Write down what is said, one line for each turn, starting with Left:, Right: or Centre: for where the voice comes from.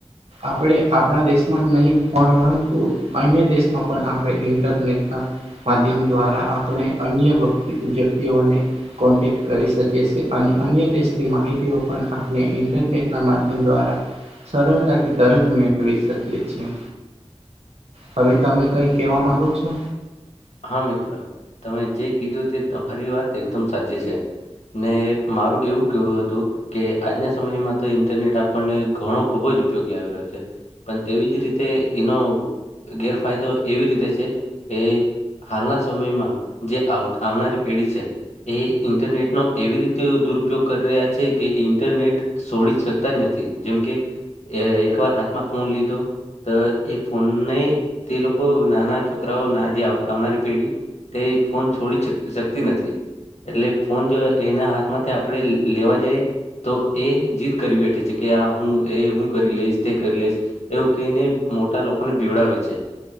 Right: આપણે આપણા દેશમાં નહી, પર પરંતુ અન્ય દેશમાં પણ આપણે ઇન્ટરનેટ માધ્યમ દ્વારા આપણે અન્ય વ વ્યક્તિઓને કોન્ટેક્ટ કરી શકીએ છે અને અન્ય દેશની માહિતીઓ પણ આપણે ઇન્ટરનેટ ના માધ્ય દ્વારા સરળતાથી તરત મેળવી શકીીએ હવે તમે કઈ કેવા માંગો છો.
Left: હા મિત્રો તમે જે કીધું તે તમારી વાત એકદમ સાચી છે. ને મારું એવું કેવું હતું કે આજના સમયમાં તો ઇન્ટરનેટ આપણને ઘણો ખુબજ ઉપયોગી આવી રહ્યો છે પણ તેવી જ રીતે એનો ગેરફાયદો એવી રીતે છે કે હાલના સમયમાં જે આવ આવનારી પીઢી છે એ ઇન્ટરનેટનો એવી રીતે દુરુપયોગ કરી રહ્યા છે કે ઇન્ટરનેટ છોડી શકતા જ નથી જેમકે એ એકવાર હાથમાં ફોન લીધો તો એ ફોનને તે લોકો નાના છોકરાઓ ના જે આવ આવનારી પેઢી તે ફોન છોડી શક શકતી નથી. એટલે ફોન જો એના હાથ માંથી આપણેે લેવા જઈ તો એ જીદ કરી બેઠે છે કે આ હું એ હું કરી લઈશ તે કરી લઈશ. એવું કહીને મોટા લોકોને બીવડાવે છે